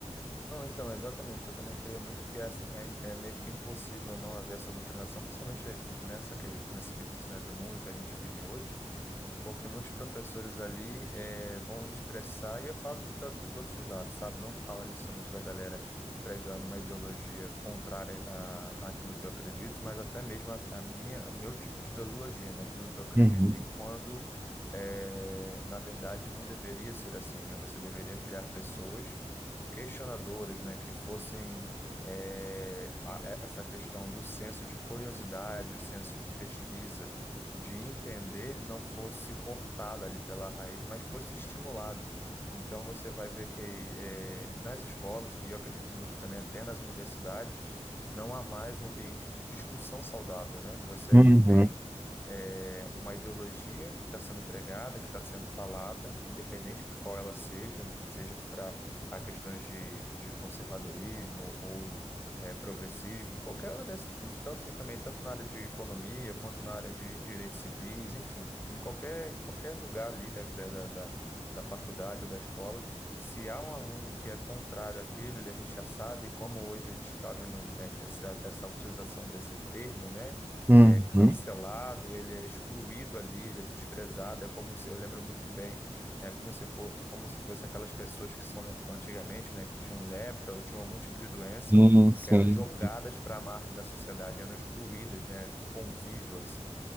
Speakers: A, on the left (about 20°); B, on the right (about 15°).
A: Não, então, exatamente. Eu também creio muito que essa- é, é meio que impossível não haver essa doutrinação, principalmente nessa, que- nesse quesito, né, do mundo que a gente vive hoje. Porque muitos professores ali eh, vão expressar, e eu falo de, to- de todos os lados, sabe? Não falo ali somente da galera pregando uma ideologia contrária à, àquilo que eu acredito, mas até mesmo a, a minha, o meu tipo de ideologia, né? Aquilo que eu acredito.
B: Uhum.
A: E quando, eh, na verdade, não deveria ser assim, né? Você deveria criar pessoas questionadoras, né, que fossem eh, a- a- essa questão do senso de curiosidade, o senso de pesquisa, de entender, não fosse cortada ali pela raiz, mas fosse estimulado. Então você vai ver que eh, nas escolas, e eu acredito muito também até nas universidades, não há mais um ambiente de discussão saudável, né? Você
B: Uhum.
A: ali tem é, uma ideologia que está sendo pregada, que está sendo falada, independente de qual ela seja, seja para a questões de, de conservadorismo ou eh, progressismo, qualquer área desse, de- tanto e também tanto na área de economia quanto na área de direitos civis, enfim, em qualquer, em qualquer lugar ali da, da, da, da da faculdade ou da escola, se há um aluno que é contrário àquilo, ele é rechaçado, e como hoje a gente está vendo eh, essa, essa utilização desse termo, né?
B: Uhum.
A: é cancelado, ele é excluído ali, ele é desprezado. É como se eu lembro muito bem é como se for, como se fosse aquelas pessoas que são le- antigamente, né, que tinham lepra ou tinham algum tipo de doença,
B: Sim, sim.
A: que eram jogadas para a margem da sociedade, eram excluídas, né, do convívio assim.